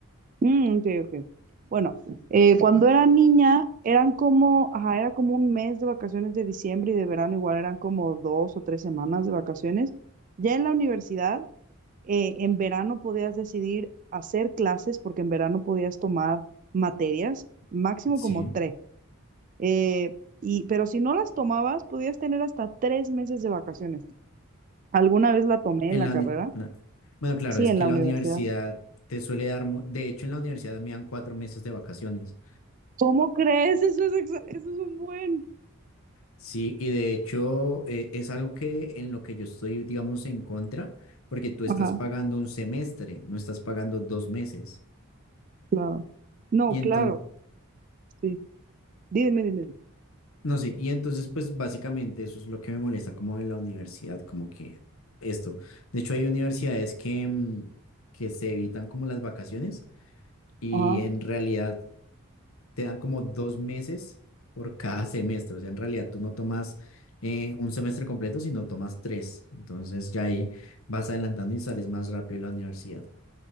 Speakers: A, on the right; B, on the left.
A: Mm, ok, ok. Bueno, eh, cuando era niña, eran como, ajá, era como un mes de vacaciones de diciembre y de verano, igual eran como dos o tres semanas de vacaciones. Ya en la universidad. Eh, en verano podías decidir hacer clases porque en verano podías tomar materias, máximo
B: Sí.
A: como tres. Eh, y, pero si no las tomabas, podías tener hasta tres meses de vacaciones. ¿Alguna vez la tomé
B: En
A: en la
B: la,
A: carrera?
B: uni- la- bueno, claro,
A: Sí,
B: es
A: en
B: que
A: la
B: la
A: universidad.
B: universidad te suele dar, mu- de hecho en la universidad me dan cuatro meses de vacaciones.
A: ¿Cómo crees? Eso es, exa- eso es un buen.
B: Sí, y de hecho eh, es algo que en lo que yo estoy, digamos, en contra, porque tú estás
A: Ajá,
B: pagando un semestre, no estás pagando dos meses.
A: claro. No,
B: Y
A: claro,
B: entonces,
A: sí. Dime, dime. dime.
B: No sé, y entonces pues básicamente eso es lo que me molesta como de la universidad, como que esto. De hecho hay universidades que, mm, que se evitan como las vacaciones y
A: Ajá.
B: en realidad te dan como dos meses por cada <laughs> semestre. O sea, en realidad tú no tomas eh, un semestre completo, sino tomas tres. Entonces ya ahí vas adelantando y sales más rápido de la universidad.